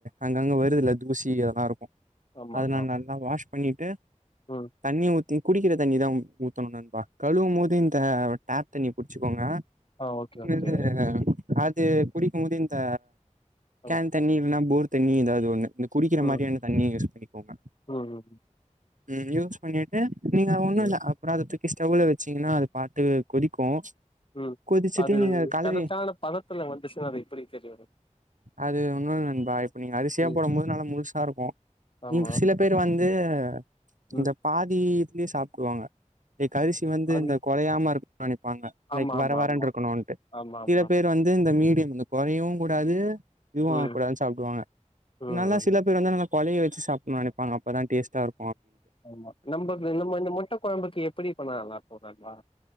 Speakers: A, on the right; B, on the left.
A: அங்கங்கே வருதுல தூசி அதெல்லா இருக்கு
B: ஆமா,
A: அதனா
B: ஆமா.
A: நா நல்லா வாஷ் பண்ணிட்டு
B: ம்.
A: தண்ணி ஊ த்தி குடிக்கிற தண்ணிதா ஊத்தணும் நண்பா கழுவும்போது து இந்த டேப் தண்ணி புடிச்சுக்கோங்க
B: ஆஹ் ஓகே ஓகே
A: இது அது குடிக்கும்போது இந்த
B: ம்,
A: கேன் தண்ணி இல்லனா போர் தண்ணி எதாவது ஒண்ணு இந்த குடிக்கிற
B: ம்,
A: மாரியான தண்ணிய யூஸ் பண்ணிக்கோங்க
B: ம்,
A: ம் யூஸ் பண்ணிட்டு நீங்க ஒண்ணுல்ல
B: ம்.
A: அப்பறோ அத தூ க்கி ஸ்டோவ்ல வெச்சிங்கன்னா அது பாத்து கொதிக்கு
B: ம்
A: கொதிச்சுட்டு
B: அது
A: நீங்க கழுவி
B: கரெக்டான பதத்துல வந்துச்சுன்னா அது எப்டி தெரியு
A: அது ஒண்ணுமில்ல நண்பா இப்ப நீங்க அரிசியா
B: ம்
A: போடும்போது நல்லா முழுசா இருக்கு
B: ஆமா
A: நீ சில பேர் வந்து ஆ
B: ம்
A: இந்த பாதி ங்கே சாப்பிடுவாங்க ஏக் அரிசி வந்து
B: அது
A: இந்த உடையமா இரு பண்ணிபாங்க லைக்
B: ஆமா
A: வர
B: ஆமா
A: வர
B: ஆமா
A: இருக்கணூன்ட்டு
B: ஆமா ஆமா
A: சில பேர் வந்து இந்த மீடியம் இந்த கொறையவுங் கூடாது இதுவும்
B: ம்
A: ஆக கூடாதுனு சாப்டுவாங்க
B: ம்
A: நல்லா சில
B: ம்
A: பேர் வந்து நல்ல கொலைய வெச்சு சாப்பனு நெனப்பாங்க அப்பதா டேஸ்டா இரு
B: ஆமா நம்ப நம்ம இந்த முட்ட கொழம்புக்கு எப்படி பண்ணா நல்லா இருக்கும் நண்பா